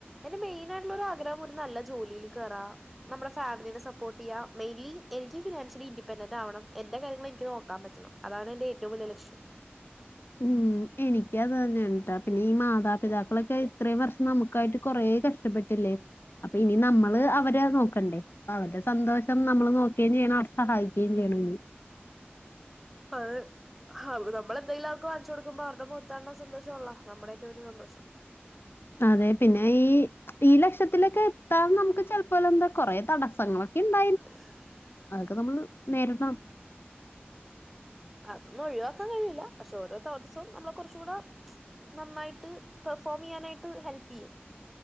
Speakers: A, in the centre; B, on the left.
A: എന്റെ മെയിനായിട്ടുള്ളൊരു ആഗ്രഹം ഒരു നല്ല ജോലിയില് കേറാ നമ്മ്ടെ ഫാമിലിനെ സപ്പോർട്ടെയ്യ മെയ്ന്ലി എനിക്ക് ഫിനാൻഷ്യലി ഇൻഡിപെൻഡന്റാവണം എന്റെ കാര്യങ്ങള് എനിക്ക് നോക്കാൻ പറ്റണം അതാണ് എന്റെ ഏറ്റവും വെല്ല്യ ലക്ഷ്യം
B: ഉം എനിക്ക് അത് തന്നെണ് ട്ടാ പിന്നെ ഈ മാതാപിതാക്കളൊക്കെ ഇത്രയും വർഷം നമുക്കായിട്ട് കൊറേ കഷ് കഷ്ടപ്പെട്ടില്ലേ അപ്പൊ ഇനി നമ്മള് അവരെ നോക്കണ്ടേ അവര്ടെ സന്തോഷം നമ്മള് നോക്കേം ചെയ്യണം അവരെ സഹായിക്കേം ചെയ്യണം ഇനി
A: അതെ അത്‌ നമ്മളന്തങ്കിലും അവര്ക്ക് വാങ്ങ്ച്ചൊടുക്ക്മ്പോ അവര്ടെ മോത്താൺണ സന്തോഷോള്ള നമ്മുടെ ഏറ്റവും വലിയ സന്തോഷം
B: അതെ പിന്നെ ഈ ഈ ലക്ഷത്തിലൊക്കെ എത്താൻ നമുക്ക് ചെൽപ്പോലെന്താ കോറെ തടസ്സങ്ങളൊക്കെണ്ടാവും
A: <inaudible>
B: അതൊക്കെ നമ്മള് നേരിടണം
A: അതൊന്നും ഒഴിവാക്കാൻ കഴിയില്ല പഷെ ഓരോ തോട്ട്സും നമ്മളെകൊർച്ച്കൂടെ നന്നായിട്ട് പെഫോംയ്യാനായിട്ട് ഹെൽപ്പ്യ്യും